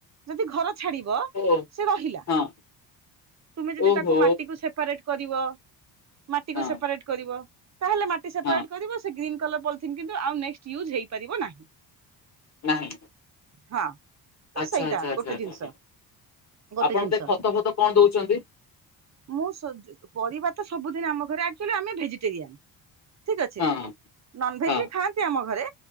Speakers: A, on the right; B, on the left.
A: ଯଦି ଘର ଛାଡିବ
B: ହଁ ଓ
A: ସେ ରହିଲା।
B: ହଁ
A: ତୁମେ ଯଦି
B: ଓହୋ
A: ତାକୁ ମାଟିକୁ ସେପାରେଟ କରିବ ମାଟିକୁୁ
B: ହଁ
A: ସେପାରେଟ୍ କରିବ ତାହେଲେ ମାଟି ସେପାରେଟ୍
B: ହଁ
A: କରିବ ଗ୍ରୀନ୍ କଲର ପଲିଥିନ କିନ୍ତୁ ଆଉ ନେକ୍ସଟ ୟୁଜ୍ ହେଇପାରିବ ନାହିଁ।
B: ନାହିଁ।
A: ହଁ ତ
B: ଆଚ୍ଛା
A: ସେଇଟା
B: ଆଚ୍ଛା ଆଚ୍ଛା
A: ଗୋଟେ
B: ଆଚ୍ଛା
A: ଜିନିଷ
B: ଆଛା
A: ଗୋଟେ
B: ଆପଣତେ
A: ଜିନିଷ
B: ଖତ ଫତ କଣ ଦେଉଛନ୍ତି?
A: ମୁଁ ପରିବା ତ ସବୁଦିନ ଆମ ଘରେ ଏକ୍ଟୁଲି ଆମେ ଭେଜିଟେରିଆନ୍। ଠିକ ଅଛି
B: ହଁ ହଁ
A: ନନଭେଜ
B: ହଁ
A: ବି ଖାଆନ୍ତି ଆମ ଘରେ